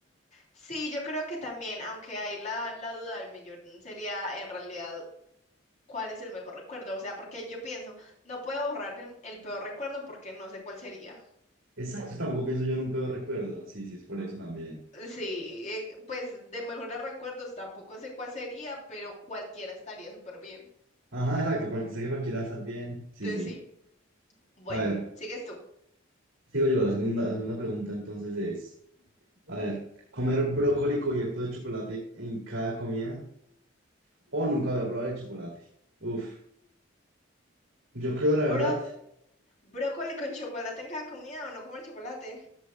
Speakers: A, on the left; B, on the right.
A: Sí, yo creo que también, aunque hay la, la duda del millón, sería en realidad cuál es el mejor recuerdo. O sea, porque yo pienso, no puedo borrar el, el peor recuerdo porque no sé cuál sería.
B: Exacto, tampoco pienso yo en un peor recuerdo. Sí, sí, es por eso también.
A: Sí, eh, pues de mejores recuerdos tampoco sé cuál sería, pero cualquiera estaría súper bien.
B: Ajá, exacto. cual- sé que cualquiera va a estar bien. Sí,
A: Entonces
B: sí.
A: sí. Bueno,
B: A ver,
A: sigues tú.
B: sigo yo. La segunda, la segunda pregunta entonces es, a ver, ¿comer brócoli cubierto de chocolate en cada comida o nunca voy a probar el chocolate? Uf, yo creo la verdad,
A: Bro, ¿brócoli con chocolate en cada comida o no comer chocolate?